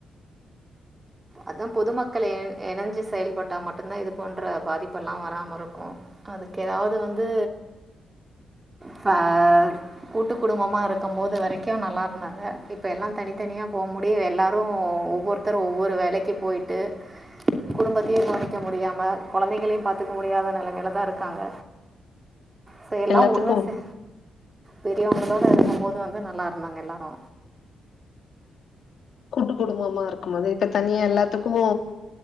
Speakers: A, on the right (about 20°); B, on the left (about 65°).
A: அதா பொதுமக்கள் இ-இணைஞ்சு செயல்பட்டா மட்டுந்தா இது போன்ற பாதிப்பெல்லா வராம இருக்கோ அதுக்கு ஏதாவது வந்து ஃபேமி கூட்டு குடும்பமா இருக்கும் போது வரைக்கு நல்லா இருந்தாங்க இப்ப எல்லா தனித்தனியா போ முடியு எல்லாரு ஒவ்வொருத்தரு ஒவ்வொரு வே லைக்கு போயிட்டு குடும்பத்தையு கவனிக்க முடியாம குழந்தைங்களையு பாத்துக்க முடியாத நிலைமில தா இருக்காங்க செ எல்லா
B: எல்லாத்துக்கு
A: ஒண்ணு செ பெரியவங்களோட இருக்கும்போது வந்து நல்லா இருந்தாங்க எல்லாரு
B: கூட்டு குடும்பமா இருக்கும் அது இப்ப தனியா எல்லாத்துக்கோ